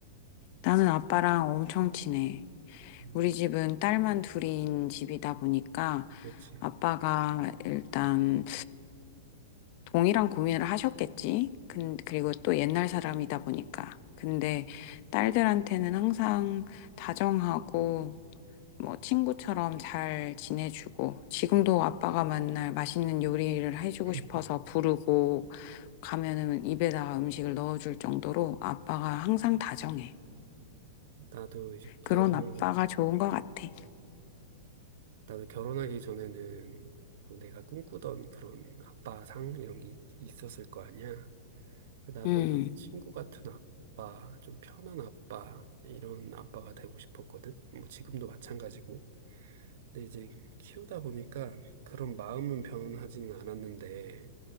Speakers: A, on the left (about 45°); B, on the right (about 60°).
A: 나는 아빠랑 엄청 친해.
B: 음,
A: 우리 집은 딸만 둘인 집이다 보니까
B: 그렇지.
A: 아빠가 일단 동일한 고민을 하셨겠지. 근 그리고 또 옛날 사람이다 보니까. 근데 딸들한테는 항상 다정하고 뭐 친구처럼 잘 지내주고 지금도 아빠가 만날 맛있는 요리를 해주고 싶어서
B: 음.
A: 부르고 가면은 입에다가 음식을 넣어줄 정도로 아빠가 항상 다정해.
B: 나도 이제 결혼을,
A: 그런 아빠가 좋은 것 같아.
B: 나도 결혼하기 전에는 뭐 내가 꿈꾸던 그런 아빠상 이런 게 있- 있었을 거 아니야. 그 나도
A: 음,
B: 친구 같은 아빠, 좀 편한 아빠, 이런 아빠가 되고 싶었거든. 뭐 지금도 마찬가지고. 근데 이제 키우다 보니까 그런 마음은 변하지는 않았는데,